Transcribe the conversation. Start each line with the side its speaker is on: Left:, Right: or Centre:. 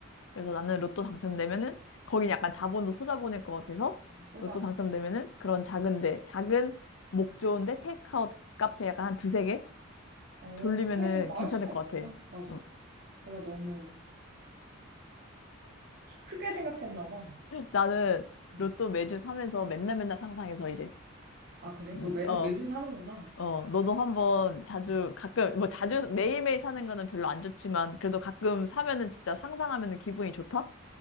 Left: 그래서 나는 로또 당첨되면은 거긴 약간 자본도 소자본일 것 같아서
Right: 소자보.
Left: 로또 당첨되면은 그런 작은데, 작은 목 좋은데 테이크아웃 카페 약간 한 두세 개?
Right: 어,
Left: 돌리면은
Right: 그게 더 나을
Left: 괜찮을
Right: 수도
Left: 것
Right: 있겠다.
Left: 같아.
Right: 맞아.
Left: 어.
Right: 내가 너무 크게 생각했나 봐.
Left: 나는
Right: 음.
Left: 로또 매주 사면서 맨날 맨날 상상해서 이래.
Right: 아, 그래?
Left: 음,
Right: 너 매,
Left: 어,
Right: 매주 사는구나.
Left: 어, 너도 한번 자주
Right: 음,
Left: 가끔 뭐 자주 매일매일 사는 거는 별로 안 좋지만 그래도 가끔 사면은 진짜 상상하면은 기분이 좋다?